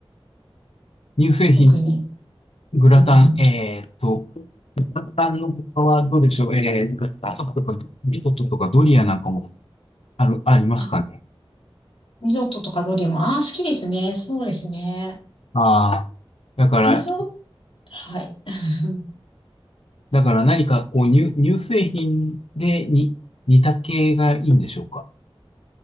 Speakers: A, on the left; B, on the left.
A: 乳製品、
B: 特に。
A: グラタン、
B: うんうん。
A: えーっと、グラタンの他はどうでしょうえー、グラタンとか、リゾットとかドリアなんかもある、ありますかね
B: あ、リゾットとかドリアも、ああ、好きですね。そうですね。
A: ああだから、
B: リゾット、はい。<laughs>
A: だから何かこう乳、乳製品でに似た系がいいんでしょうか